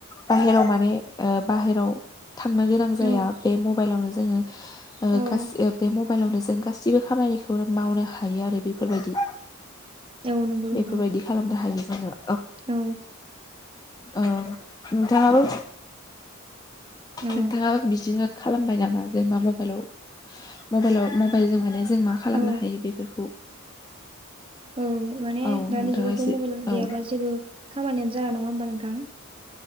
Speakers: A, on the left; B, on the right.
A: बाहेरायाव माने ओ बाहेराव थांनो गोनां जाया
B: औ
A: बे मबाइलावनो जोङो ओ <unintelligible>
B: औ
A: म बाइलावनो जों गासिबो खामानिखौ मावनो हायो आरो बेफोरबायदि
B: औ नंगौ नों
A: बेफोरबायदि खालामनो हायो जोङो।
B: औ
A: औ नोंथाङाबो
B: औ
A: नोंथाङाबो बिदिनो खालामबाय नामा जेनेबा मबाइलाव मबाइलाव मबाइल जों माने जों मा खालामनो
B: औ
A: हायो बेफोरखौ
B: औ माने
A: औ
B: दानि
A: नोंथाङा
B: जुगावथ'
A: एसे
B: मबाइल
A: औ
B: गैयाबा जेबो खामानियानो जाया नङा होमबा नोंथा